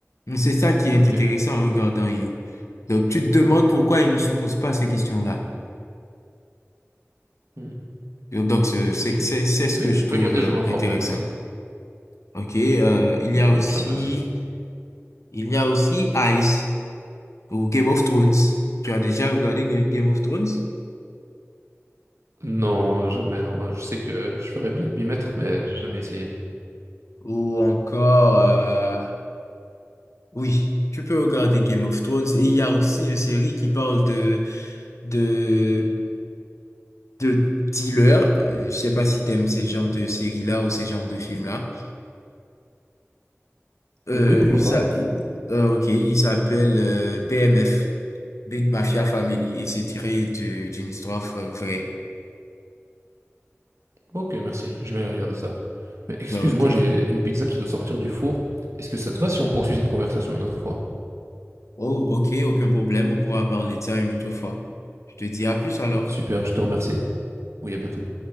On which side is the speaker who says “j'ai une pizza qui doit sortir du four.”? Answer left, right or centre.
Right